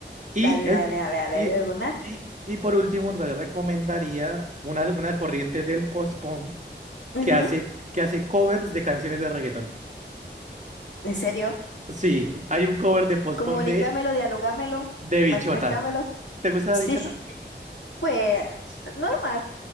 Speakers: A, on the right (about 40°); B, on the left (about 80°).
A: Y,
B: Dale,
A: el,
B: dale,
A: pu-
B: dale,
A: y,
B: dale, de una.
A: y, y por último, te recomendaría una, una corriente del post-punk
B: Ujú,
A: que hace, que hace covers de canciones de reggaetón.
B: ¿En serio?
A: Sí, hay un cover de post-punk
B: Comunícamelo,
A: de,
B: dialogámelo,
A: de Bichota.
B: manifestámelo.
A: ¿Te gusta Bichota?
B: Sí, pues, normal.